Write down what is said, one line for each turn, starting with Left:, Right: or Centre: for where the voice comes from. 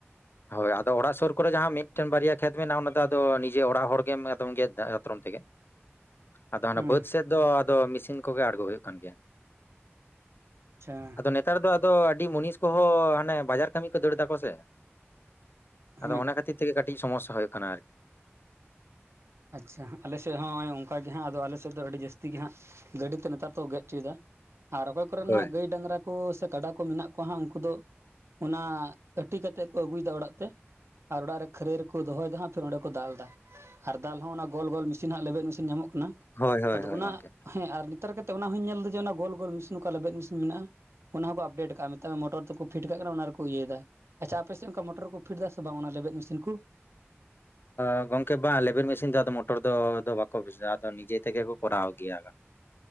Left: ᱦᱳᱭ ᱟᱫᱚ ᱚᱲᱟᱜ ᱥᱩᱨ ᱠᱚᱨᱮ ᱡᱟᱦᱟᱸ ᱢᱤᱫᱴᱮᱱ ᱵᱟᱨᱭᱟ ᱠᱷᱮᱛ ᱢᱮᱱᱟᱜᱼᱟ ᱚᱱᱟ ᱫᱚ ᱟᱫᱚ ᱱᱤᱡᱮ ᱚᱲᱟᱜ ᱦᱚᱲ ᱜᱮᱢ ᱟᱫᱚᱢ ᱜᱮᱫ ᱫᱟ ᱫᱟᱛᱨᱚᱢ ᱛᱮᱜᱮ ᱟᱫᱚ ᱦᱟᱱᱮ
Right: ᱦᱮᱸ
Left: ᱵᱟᱹᱫᱽ ᱥᱮᱫ ᱫᱚ ᱟᱫᱚ ᱢᱮᱥᱤᱱ ᱠᱚᱜᱮ ᱟᱬᱜᱳ ᱦᱳᱭᱳᱜ ᱠᱟᱱ ᱜᱮᱭᱟ
Right: ᱟᱪᱪᱷᱟ
Left: ᱟᱫᱚ ᱱᱮ ᱛᱟᱨ ᱫᱚ ᱟᱫᱚ ᱟᱹᱰᱤ ᱢᱩᱱᱤᱥ ᱠᱚᱦᱚᱸ ᱦᱟᱱᱮ ᱵᱟᱡᱟᱨ ᱠᱟᱹᱢᱤ ᱠᱚ ᱫᱟᱹᱲ ᱫᱟᱠᱚ ᱥᱮ
Right: ᱦᱮᱸ
Left: ᱟᱫᱚ ᱚᱱᱟ ᱠᱷᱟᱹᱛᱤᱨ ᱛᱮᱜᱮ ᱠᱟᱹᱴᱤᱡ ᱥᱚᱢᱚᱥᱥᱟ ᱦᱳᱭᱳᱜ ᱠᱟᱱᱟ ᱟᱨᱠᱤ᱾
Right: ᱟᱪᱪᱷᱟ ᱟᱞᱮᱥᱮᱜ ᱦᱚᱸᱭ ᱚᱱᱠᱟ ᱜᱮ ᱦᱟᱸᱜ ᱟᱫᱚ ᱟᱞᱮ ᱥᱮᱫ ᱫᱚ ᱟᱹᱰᱤ ᱡᱟᱹᱥᱛᱤ ᱜᱮ ᱦᱟᱸᱜ ᱜᱟᱹᱰᱤ ᱛᱮ ᱱᱮᱛᱟᱨ ᱫᱚᱠᱚ ᱜᱮᱫ ᱪᱚᱭᱮᱫᱟ ᱟᱨ ᱚᱠᱚᱭ ᱠᱚᱨᱮᱱ
Left: ᱦᱳᱭ
Right: ᱦᱟᱸᱜ ᱜᱟᱹᱭ ᱰᱟᱺᱝᱨᱟ ᱠᱚ ᱥᱮ ᱠᱟᱰᱟ ᱠᱚ ᱢᱮᱱᱟᱜ ᱠᱚᱣᱟ ᱦᱟᱸᱜ ᱩᱱᱠᱩ ᱫᱚ ᱚᱱᱟ ᱟᱹᱴᱤ ᱠᱟᱛᱮᱫ ᱠᱚ ᱟᱹᱜᱩᱭᱮᱫᱟ ᱚᱲᱟᱜ ᱛᱮ᱾ ᱟᱨ ᱚᱲᱟᱜ ᱨᱮ ᱠᱷᱟᱹᱨᱟᱹᱭ ᱨᱮᱠᱚ ᱫᱚᱦᱚᱭᱮᱫᱟ ᱦᱟᱸᱜ ᱯᱷᱮᱨ ᱚᱸᱰᱮ ᱠᱚ ᱫᱟᱞ ᱫᱟ ᱾ ᱟᱨ ᱫᱟᱞ ᱦᱚᱸ ᱚᱱᱟ ᱜᱚᱞ ᱜᱚᱞ ᱢᱮᱥᱤᱱ ᱦᱟᱸᱜ ᱞᱮᱵᱮᱫ ᱢᱮᱥᱤᱱ ᱧᱟᱢᱚᱜ ᱠᱟᱱᱟ
Left: ᱦᱳᱭ ᱦᱳᱭ
Right: ᱟᱫᱚ
Left: ᱦᱳᱭ
Right: ᱚᱱᱟ
Left: ᱜᱚᱝᱠᱮ
Right: ᱦᱮᱸ ᱟᱨ ᱱᱮᱛᱟᱨ ᱠᱟᱛᱮ ᱚᱱᱟ ᱦᱚᱧ ᱧᱮᱞ ᱮᱫᱟ ᱡᱮ ᱚᱱᱟ ᱜᱳᱞ ᱜᱳᱞ ᱢᱮᱥᱤᱱ ᱠᱚ ᱞᱮᱵᱮᱫ ᱢᱮᱥᱤᱱ ᱢᱮᱱᱟᱜᱼᱟ ᱾ ᱚᱱᱟ ᱦᱚᱸᱠᱚ ᱟᱯᱰᱮᱴ ᱠᱟᱜ -ᱟ ᱢᱮᱛᱟᱜ ᱢᱮ ᱢᱚᱴᱚᱨ ᱛᱮᱠᱚ ᱯᱷᱤᱴ ᱠᱟᱜ ᱠᱟᱱᱟ ᱚᱱᱟ ᱨᱮᱠᱚ ᱤᱭᱟᱹᱭᱮᱫᱟ ᱟᱪᱪᱷᱟ ᱟᱯᱮ ᱥᱮᱫ ᱚᱱᱠᱟ ᱢᱚᱴᱚᱨ ᱠᱚ ᱯᱮᱷᱴ ᱮᱫᱟ ᱥᱮ ᱵᱟᱝ ᱚᱱᱟ ᱞᱮᱵᱮᱫ ᱢᱮᱥᱤᱱ ᱠᱩ
Left: ᱚᱸ ᱜᱚᱝᱠᱮ ᱵᱟᱝ ᱞᱮᱵᱮᱫ ᱢᱮᱥᱤᱱ ᱫᱚ ᱟᱫᱚ ᱢᱚᱴᱚᱨ ᱫᱚ ᱟᱫᱚ ᱵᱟᱠᱚ ᱵᱩᱡᱟ ᱟᱫᱚ ᱱᱤᱡᱮ ᱛᱮᱜᱮ ᱠᱚ ᱠᱚᱨᱟᱣ ᱜᱮᱭᱟ᱾